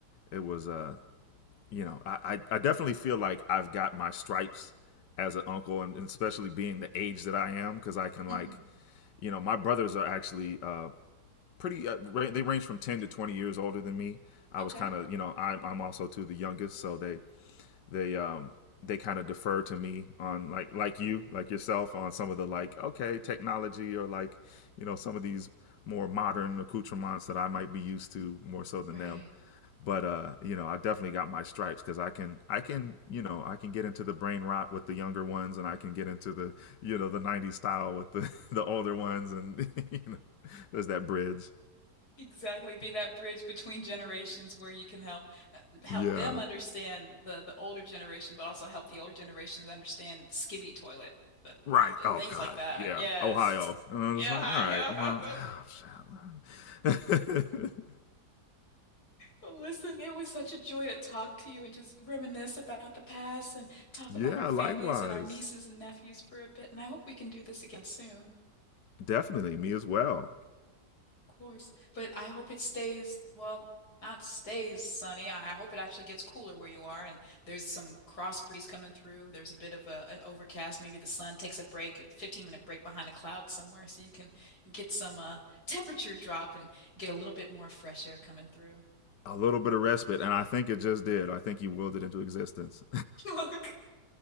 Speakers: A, on the left (about 85°); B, on the left (about 65°).
A: it was uh you know, I, I, definitely feel like I've got my stripes as an uncle, and, especially being the age that I am, because I can
B: hmm
A: like, you know, my brothers are actually uh, pretty. Uh, they range from ten to twenty years older than me. I
B: Okay.
A: was kind of, you know, I'm I'm also too the youngest, so they they um they kind of defer to me on like like you like yourself on some of the like okay technology or like you know some of these more modern accoutrements that I might be used to more so
B: Right.
A: than them but uh you know i definitely got my stripes because i can i can you know i can get into the brain rot with the younger ones and i can get into the you know the 90s style with the <laughs> the older ones and <laughs> you know there's that bridge
B: Exactly, be that bridge between generations where you can help uh, help
A: yeah
B: them understand the the older generation, but also help the older generations understand skibbity toilet, the,
A: right
B: the, the
A: oh
B: things
A: god
B: like that.
A: yeah
B: Yes.
A: ohio and i'm
B: Yeah.
A: just like all right well
B: <laughs>
A: <sighs> shit. <laughs>
B: Well, Listen, it was such a joy to talk to you and just reminisce about the past and talk
A: yeah
B: about our families
A: likewise
B: and our nieces and nephews for a bit. And I hope we can do this again soon.
A: definitely me as well
B: Of course. But I hope it stays, well, not stays sunny. I I hope it actually gets cooler where you are and there's some cross breeze coming through. There's a bit of a, an overcast. Maybe the sun takes a break, a 15 minute break behind a cloud somewhere so you can get some uh, temperature drop and get a little bit more fresh air coming through.
A: a little bit of respite and i think it just did i think you willed it into existence
B: <laughs> Look,